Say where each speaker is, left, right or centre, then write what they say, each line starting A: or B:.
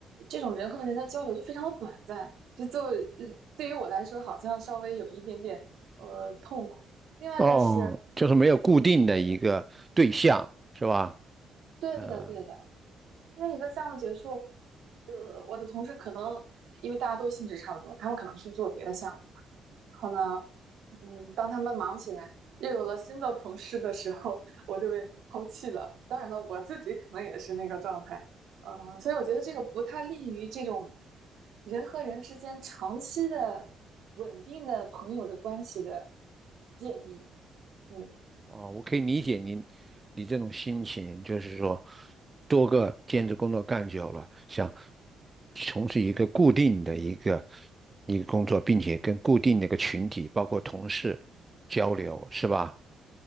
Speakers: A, on the right (about 75°); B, on the right (about 20°).
A: 这种人和人的交流就非常的短暂，就就呃 <laughs> 对于我来说，好像稍微有一点点呃痛苦。另外就是，
B: 哦，就是没有固定的一个对象，
A: 对的，
B: 是吧？
A: 对的，
B: 嗯。
A: 对的，因为一个项目结束，呃，我的同事可能因为大家都性质差不多，他们可能去做别的项目。然后呢，嗯，当他们忙起来，又有了新的同事的时候，我就被抛弃了。当然了，我自己可能也是那个状态，嗯，所以我觉得这个不太利于这种人和人之间长期的稳定的朋友的关系的建立。嗯，
B: 哦，我可以理解您，你这种心情，就是说，多个兼职工作干久了，想从事一个固定的一个一个工作，并且跟固定的一个群体，包括同事交流，是吧？